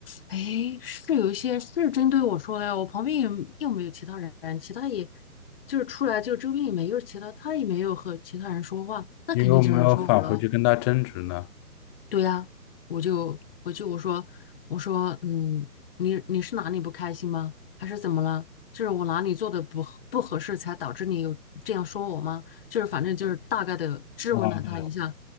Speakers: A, on the left; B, on the left.
A: 哎，是有一些是针对我说的呀，我旁边也又没有其他人，其他也就是出来就周边也没有其他，他也没有和其他人说话，那肯定就是说我了。
B: 因为我没有返回去跟他争执呢？
A: 对呀，我就回去我说我说嗯，你你是哪里不开心吗？还是怎么了？就是我哪里做的不合不合适，才导致你有这样说我吗？就是反正就是大概的质问了他一下，
B: 啊，